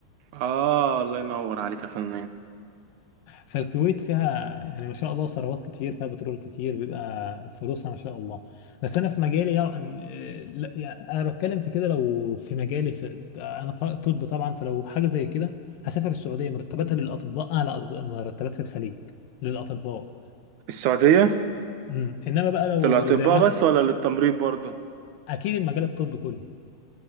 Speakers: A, on the right; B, on the left.
A: اه الله ينور عليك يا فنان
B: فالكويت فيها يعني ما شاء الله ثروات كتير فيها بترول كتير بيبقى فلوسها ما شاء الله بس انا في مجالي يعني آه، لا يعني انا بتكلم في كده لو في مجالي في انا ط- طب طبعا فلو حاجه زي كده هسافر السعوديه مرتباتها للأطباء أعلى مرتبات في الخليج للأطباء
A: السعودية
B: امم انما بقى لو
A: للأطباء
B: زي
A: بس ولا للتمريض برضو
B: اكيد المجال الطبي كله